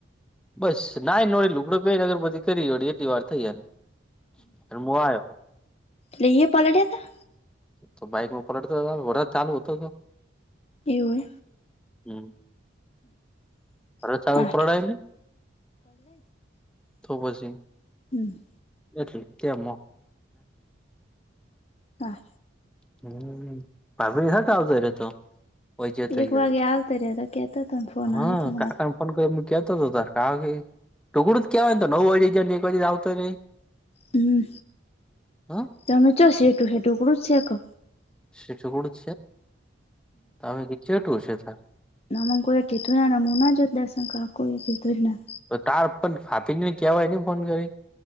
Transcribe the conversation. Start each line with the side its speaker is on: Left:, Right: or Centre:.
Centre: બસ ના ન લુકડો પે નગર પધી કરીડી. એલી વાર થઈ ને હ આવ્યો.
Left: લઈએ પલડ્યા હતા?
Centre: તો બાઈકમાં પલટતા વર ચાલુ હોતો તો.
Left: એવું
Centre: હમ! અરે
Left: એમ
Centre: ચાલ
Left: આઠ
Centre: ઉપરડને. તો પછી.
Left: હમ!
Centre: એટલે કે હ.
Left: હા!
Centre: હમ! પાાભણી સાથે આવતો રતો. હોય જ થઈ
Left: એક
Centre: ગયું.
Left: વાગે આવતા રહ્યા હતા કેતા હતા ને ફોન
Centre: હા
Left: આવ્યો હતો મારે
Centre: કાકા. ફ કું કેતો હતો તાર ક <unintelligible> ટુકડું જ કેવાય તો નવુંળજે ને એક વાે આવતો નહીં
Left: હમ
Centre: હ
Left: તમે ચો સેટું સેટું કરુ છ આક <unintelligible>
Centre: શ છુંક છે તોમે ચેટું શતા <unintelligible>
Left: ના મને કોયે કીધું ના મુ ના જાત દર્શન કરવા કોઈએ કીધું જ ના
Centre: તો તાર પણ ફાતી ને કેવાય ને ફોન કરી